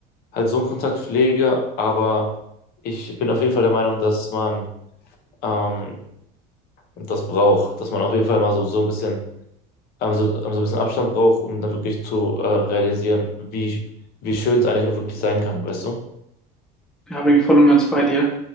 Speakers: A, on the left; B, in the centre.
A: halt so einen Kontakt pflege. Aber ich bin auf jeden Fall der Meinung, dass man ähm, das braucht, dass man auf jeden Fall mal so, so ein bisschen, ähm, so, ähm, so ein bisschen Abstand braucht, um dann wirklich zu äh, realisieren, wie, wie schön es eigentlich auch wirklich sein kann, weißt du?
B: Ja, bin ich voll und ganz bei dir.